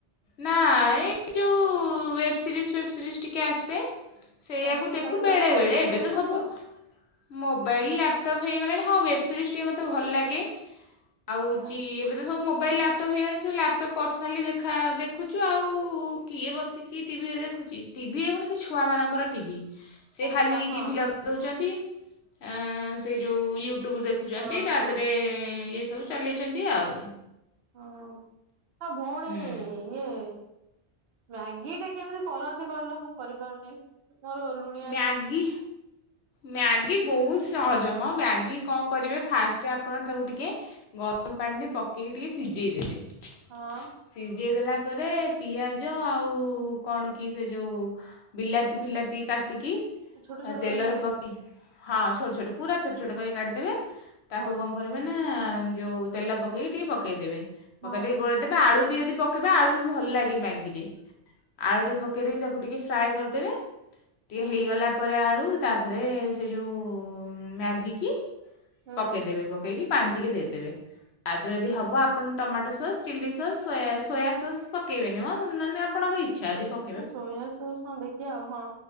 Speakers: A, on the left (about 70°); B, on the right (about 60°).
A: ନା ଏ ଯୋଉ ୱେବ୍ ସିରିଜ୍ ଫୋଏବ୍ ସିରିଜ୍ ଟିକେ ଆସେ। ସେଇଆକୁ
B: ଆଚ୍ଛା
A: ଦେଖୁ
B: ତାହେଲେ ତମେ
A: ବେଳେ
B: ୱେବ
A: ବେଳେ
B: ସିରିଜ
A: ଏବେ
B: ଦେଖୁଛ
A: ତ ସବୁ ମୋବାଇଲ୍ ଲାପଟପ୍ ହେଇଗଲାଣି ହଁ ୱେବ୍ ସିରିଜ୍ ଟିକେ ମୋତେ ଭଲ ଲାଗେ ଆଉଉଚି
B: ଆଚ୍ଛା
A: ଏବେତ ସବୁ ମୋବାଇଲ ଲାପଟପ ହେଇଗଲାଣି ସବୁ ଲାପଟପ ପର୍ସନାଲି ଦେଖା ଦେଖୁଛୁ ଆଉ କିଏ ବସିକି ଟିଭିରେ ଦେଖୁଛି ଟିଭି ଏଗୁଣ କି ଛୁଆମାନଙ୍କର ଟିଭି ସେ
B: ଆଚ୍ଛା
A: ଖାଲି
B: ହଁ।
A: ଟିଭି ଲଗେ ଦଉଚନ୍ତି ଆଁ ସେ ଯୋଉ ୟୁ ଟ୍ୟୁବରୁ ଦେଖୁଛନ୍ତି
B: ହଁ
A: ତା
B: ହଁ
A: ଧେରେ ଇଏ ସବୁ ଚଲେଇଛନ୍ତି ଆଉ
B: ହଁଅ ଅ ଭଉଣୀ
A: ହୁଁ।
B: ଇଏ ମ୍ୟାଗିଟାକି କେମିତି କରନ୍ତି କହିଲ ମୁଁ କରିପାରୁନି ମୋର ଲୁ
A: ମ୍ୟାଗି ମ୍ୟାଗି ବହୁତ ସହଜମ ମ୍ୟାଗି କଣ କରିବେ ଫାଷ୍ଟ ଆପଣ ତାକୁ ଟିକେ ଗରମ ପାଣିରେ ପକେଇକି ଟିକେ ସିଜେଇଦେବେ।
B: ହଁ।
A: ସିଜେଇ ଦେଲା ପରେ ପିଆଜ ଆଉ କଣ କି ସେ ଯୋଉ ବିଲାତି ଫିଲାତି କାଟିକି
B: ଛୋଟ ଛୋଟ
A: ଅ ତେଲରେ
B: କରି କାଟିକି
A: ପକେଇ ହଁ ଛୋଟ ଛୋଟ ପୁରା ଛୋଟ ଛୋଟ କଇ କାଟଦେବେ ତାକୁ
B: ହଁ
A: କଣ କରି ହୁଏନା ଯୋଉ ତେଲ ପକେଇକି ଟିକେ ପକେଇଦେବେ
B: ହଁ।
A: ପକେଇ ଦେଇ ଘୋଡେଇ ତେବେ ଆଳୁ ବି ଯଦି ପକେଇବେ ଆଳୁ ବି ଭଲ ଲାଗେ ମ୍ୟାଗିରେ। ଆଳୁ ଟେ ପକେଇ ଦେଇକି ତାକୁ ଟିକେ ଫ୍ରାଏ କରିଦେବେ। ଟିକେ
B: ହୁଁ
A: ହେଇଗଲା ପରେ ଆଳୁ ତାପରେ ସେ ଯୋଉ ମ୍ୟାଗିକି
B: ହୁଁ
A: ପକେଇଦେବେ ପକେଇକି ପାଣି ଟିକେ ଦେଇଦେବେ। ଆଦେହେରେ ଯଦି ହବ ଆପଣ tomato sauce chilli sauce soya soya sauce ପକେଇବେନି ମ ନନେ ଆପ ଆପଣ ଙ୍କ ଇଚ୍ଛା ଯଦି ପ
B: ହଁ ସୋୟା ସସ୍ <unintelligible> ହଁ ଦେଖିଆ ଆଉ ହଁ।